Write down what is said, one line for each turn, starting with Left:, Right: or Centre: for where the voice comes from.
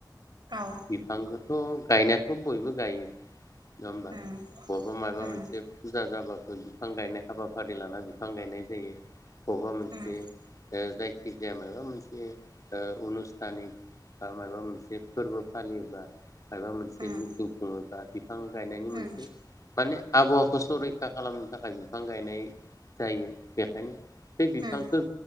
Right: औ
Left: बिफांखौथ' गायनायाथ' बयबो गायो नङा होमबा
Right: उम
Left: बहाबा माबा
Right: उम
Left: मोनसे फुजा जाबाबो बिफां गायनाय हाबाफारि लाना बिफां गायनाय जायो बबेबा मोनसे
Right: उम
Left: जायखिजाया माबा मोनसे अनुस्थानिक बा माबा मोनसे फोरबो फालियोबा माबा मोनसे
Right: उम
Left: मिथिं खुङोबा बिफां गायनायनि
Right: उम
Left: मोनसे माने आबहावाखौ सरैखा खालामनो थाखाय बिफां गायनाय जायो बेखायनो बे बिफांखौ
Right: उम